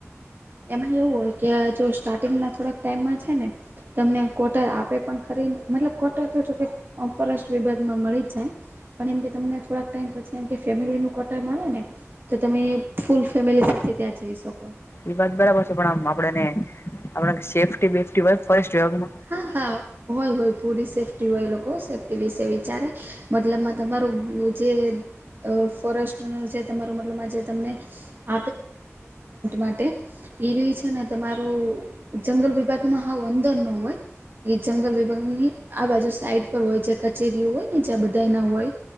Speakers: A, on the right; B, on the left.
A: એમાં એવું હોય કે જો સ્ટાર્ટિંગ ના થોડાક ટાઈમમાં છે ને, તમને કોટર આપે પણ ખરી મતલબ કોટર તો જોકે ઓમ ફોરેસ્ટ વિભાગ માં મળી જાય. પણ એમ કે તમને થોડાક ટાઈમ પછી એમ કે ફેમિલીનું કોટર મળે ને તો તમે ફૂલ ફેમિલી સાથે ત્યાં જઈ શકો.
B: એ વાત બરાબર છે. પણ આમ આપડેને આપડે સેફ્ટી બેફીટી <unintelligible>
A: હા હા. હોય હોય પૂરી સેફ્ટી હોય લોકો સેફ્ટી વિશે વિચારે મતલબમાં તમારું જે અ ફોરેસ્ટ ઓનર જે તમારો મતલબ આ જે તમને આપે <unintelligible> માટે એરયુ એ છે ને તમારો છે ને તમારું જંગલ વિભાગ મા હાવ અંદર ન હોય. એ જંગલ વિભાગની આ બાજુ સાઈડ પર હોય છે કચેરીઓ હોય ને જ્યાં બધા ના હોય